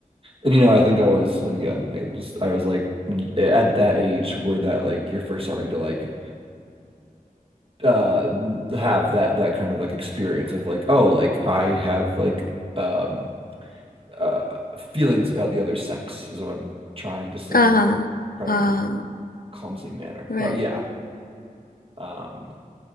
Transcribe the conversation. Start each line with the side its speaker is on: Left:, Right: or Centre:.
Right: and you know, I think I was and again, I just I was like y- at that age where that like you're first starting to like uh have that that kind of like experience of like oh, like I have like um uh feelings about the other sex is what I'm trying to say
Left: Uh
Right: and
Left: huh.
Right: incredibly
Left: Uh,
Right: clumsy manner.
Left: right.
Right: But yeah, um,